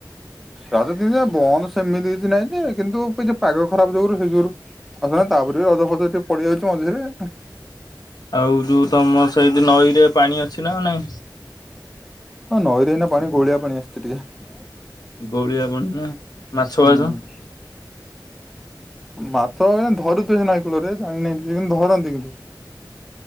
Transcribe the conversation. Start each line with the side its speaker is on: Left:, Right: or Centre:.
Centre: ରଜ ଦିନ ଜା ବନ୍ଦ ସେମିତି କିଛି ନାହିଁ ଯେ କିନ୍ତୁ ଏଇଯ ପାଗ ଖରାପ ଯୁଗୁରୁ ସେ ଯୁଗୁରୁ ଆସ ମାନେ ତାପରେ ବି ରଜ ଫଜ <unintelligible> ପଡିଯାଉଛି ମଝିରେ।
Left: ଆଉ ଯୋଉ ତମର ସେଇଠି ନଈରେ ପାଣି ଅଛି ନା ଆଉ ନାହଁ?
Centre: ହଁ ନଈରେ ଏଇନା ପାଣି ଗୋଳିଆ ପାଣି ଆସିଛି ଟିକେ।
Left: ଗୋଳିଆ ପାଣି ନା ମାଛ
Centre: ହୁଁ
Left: ଭାଜ
Centre: ମାଛ ଆଜ୍ଞା ଧରୁଥିବେ ସେ ନଈ କୂଳରେ ଜାଣିିନାହିଁ ଟିକେ କିନ୍ତୁ ଧରନ୍ତି କିନ୍ତୁ।